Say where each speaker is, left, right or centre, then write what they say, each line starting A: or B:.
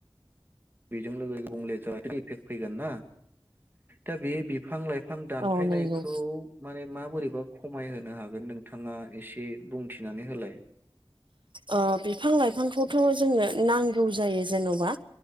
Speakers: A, on the right; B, on the right.
A: बेजों लोगो बुंले जानायनि इफेक्ट फैगोन ना दा बे बिफां लाइफां आं दानफायनायखौ
B: औ नंगौ
A: माने माबोरै एबा खमायहोनो हागोन नोंथाङा एसे बुंथिनानै होलाय।
B: ओ बिफां लाइफांखौथ' जोङो नांगौ जायो जेन'बा